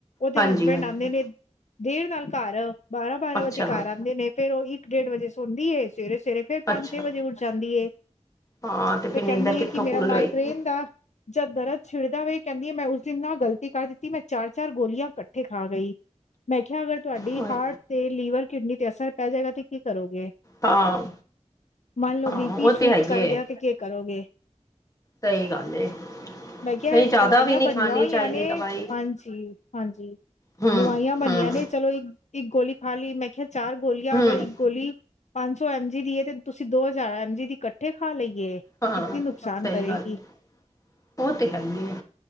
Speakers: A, on the left; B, on the left.
A: ਔਦੇ
B: ਹਾਂਜੀ
A: ਹਸਬੈਂਡ
B: ਹਾਂਜੀ
A: ਆਦੇ ਨੇ ਦੇਰ ਨਾਲ ਘਰ। ਬਾਰਾ-ਬਾਰਾ
B: ਅੱਛਾ
A: ਵਜੇ ਘਰ ਆਦੇ ਨੇ ਫੇਰ ਓਹੀ ਇੱਕ, ਡੇਢ ਵਜੇ ਸੋਂਦੀ ਏ ਸਵੇਰੇ-ਸਵੇਰੇ ਫੇਰ ਪੰਜ,
B: ਅੱਛਾ
A: ਛੇ ਵਜੇ ਉੱਠ ਜਾਂਦੀ ਏ।
B: ਹਾਂ
A: ਤੇ
B: ਫਿਰ ਨਿੰਦਰ
A: ਕੈੰਦੀ
B: ਕਿੱਥੋਂ
A: ਏ ਕਿ ਮੇਰਾ
B: ਪੂਰੀ
A: ਮਾਈਗਰੇਨ
B: ਹੋਏਗੀ
A: ਦਾ ਜਦ ਦਰਦ ਛਿੜਦਾ ਵੇ ਕੈੰਦੀ ਏ ਮੈਂ ਉਸ ਦਿਨ ਨਾ ਗ਼ਲਤੀ ਕਰ ਦਿੱਤੀ ਮੈਂ ਚਾਰ-ਚਾਰ ਗੋਲੀਆਂ ਕੱਠੇ ਖਾ ਗਈ। ਮੈਂ ਖਿਹਾ ਅਗਰ ਤੁਹਾਡੀ
B: ਹਾਏ,
A: ਹਾਰਟ ਤੇ ਲੀਵਰ, ਕਿਡਨੀ ਤੇ ਅਸਰ ਪੈ ਜੇਗਾ ਤੇ ਕੀ ਕਰੋਗੇ?
B: ਹਾਂ
A: ਮੰਨ ਲੋ
B: ਹਾਂ
A: ਬੀ ਪੀ
B: ਉਹ
A: ਸ਼ੂਟ
B: ਤੇ ਹੈ ਹੀ
A: ਕਰ
B: ਏ
A: ਗਿਆ ਤੇ ਕੇ ਕਰੋਗੇ?
B: ਸਹੀ ਗੱਲ ਏ।
A: ਮੈਂ ਕਿਆ
B: ਨਹੀਂ
A: ਐ
B: ਜ਼ਿਆਦਾ
A: ਦਵਾਈਆ
B: ਵੀ ਨਹੀਂ
A: ਬਣੀਆਂ
B: ਖਾਣੀ
A: ਹੋਈਆ
B: ਚਾਹੀਦੀ
A: ਨੇ
B: ਦਵਾਈ
A: ਹਾਂਜੀ, ਹਾਂਜੀ।
B: ਹੂੰ
A: ਦਵਾਈਆਂ ਬਣੀਆਂ
B: ਹੂੰ
A: ਨੇ ਚਲੋ ਇੱਕ ਇੱਕ ਗੋਲੀ ਖਾ ਲੀ ਮੈਂ ਖਿਐ ਚਾਰ ਗੋਲੀਆਂ
B: ਹੂੰ
A: ਅਗਰ ਇੱਕ ਗੋਲੀ ਪੰਜ ਸੌ ਐਮ ਜੀ ਦੀ ਤੇ ਤੁਸੀਂ ਦੋ ਹਜ਼ਾਰ ਐਮ ਜੀ ਦੀ ਇਕੱਠੇ ਖਾ ਲਈਏ।
B: ਹਾਂ,
A: ਕਿਤਨੀ ਨੁਕਸਾਨ
B: ਸਹੀ
A: ਕਰੇਗੀ
B: ਗੱਲ ਹੈ। ਉਹ ਤੇ ਹੈ ਹੀ ਹੈ